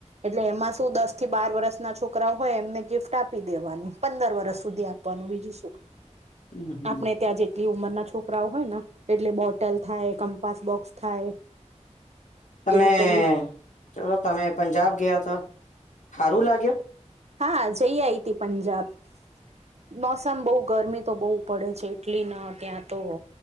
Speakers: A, on the right; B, on the left.
A: એટલે એમાં શું દસ થી બાર વર્ષ ના છોકરા હોય એમને ગિફ્ટ આપી દેવાની પંદર વર્ષ સુધી આપ આપવાનું બીજું સું.
B: હમ હમ
A: આપણે ત્યાં જેટલી ઉંમરના છોકરાઓ હોય ને એટલે બોટલ થાય કમ્પાસ બોક્સ થાય.
B: તમે
A: એવું કઈ
B: ચલો તમે પંજાબ ગયા તો હારું લાગ્યો.
A: હા જઈ આઈ હતી પંજાબ. મોસમ બઉ ગરમી તો બહુ પડે છે એટલી ના ત્યાં તો